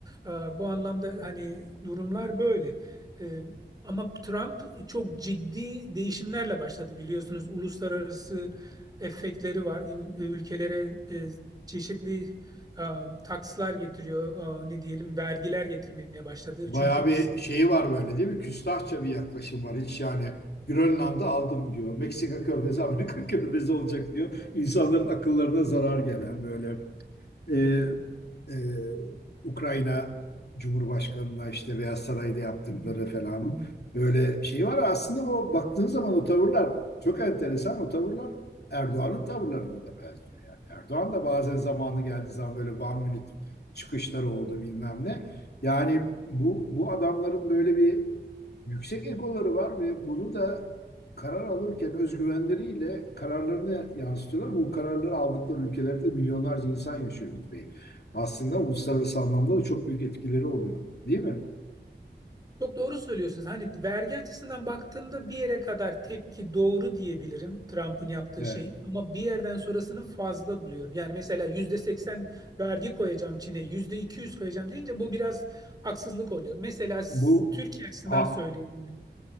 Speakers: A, on the right; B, on the left.
A: e, bu anlamda hani durumlar böyle. E, ama Trump çok ciddi değişimlerle başladı biliyorsunuz. Uluslararası efektleri var. Ül- Ülkelere e, çeşitli e, takslar getiriyor. E, ne diyelim vergiler getirmeye başladı.
B: Bayağı
A: Çünkü
B: bir
A: biz
B: şeyi var böyle değil mi? Küstahça bir yaklaşım var. Hiç yani Grönland'ı aldım diyor. Meksika körfezi, Amerika <laughs> körfezi olacak diyor. İnsanların akıllarına zarar gelen böyle. Ee, e, Ukrayna Cumhurbaşkanı'na işte Beyaz Saray'da yaptıkları falan böyle şey var. Aslında o baktığın zaman o tavırlar çok enteresan. O tavırlar Erdoğan'ın tavırlarına da benziyor. Yani Erdoğan da bazen zamanı geldiği zaman böyle one minute çıkışları oldu bilmem ne. Yani bu, bu adamların böyle bir yüksek egoları var ve bunu da karar alırken özgüvenleriyle kararlarını yansıtıyorlar. Bu kararları aldıkları ülkelerde de milyonlarca insan yaşıyor Umut Bey. Aslında uluslararası anlamda da çok büyük etkileri oluyor. Değil mi?
A: Çok doğru söylüyorsunuz. Hani vergi açısından baktığımda bir yere kadar tepki doğru diyebilirim Trump'ın yaptığı
B: Ve
A: şeyin. Ama bir yerden sonrasını fazla buluyorum. Yani mesela %80 vergi koyacağım Çin'e, %200 koyacağım deyince bu biraz haksızlık oluyor. Mesela s-
B: bu
A: Türkiye açısından
B: ha,
A: söyleyeyim. ben.